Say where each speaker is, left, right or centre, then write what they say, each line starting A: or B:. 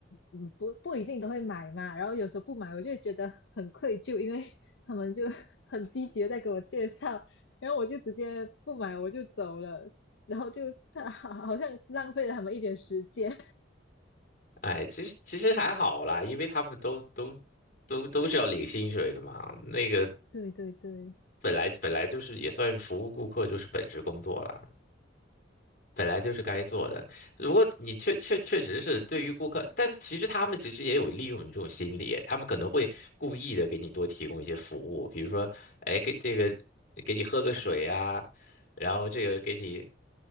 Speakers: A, on the left (about 75°); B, on the left (about 50°).
A: 嗯不不一定都会买嘛，然后有时候不买，我就会觉得很愧疚，因为他们就 <laughs> 很积极的在给我介绍，然后我就直接不买我就走了，然后就 <laughs> 他好好像浪费了他们一点时间。
B: 哎，其实其实还好啦，因为他们都都都都是要领薪水的嘛，那个
A: <laughs> 对对对。
B: 本来本来就是也算是服务顾客，就是本职工作啦。本来就是该做的。如果你确确确实是对于顾客，但其实他们其实也有利用你这种心理，他们可能会故意的给你多提供一些服务，比如说，哎，给这个给你喝个水啊，然后这个给你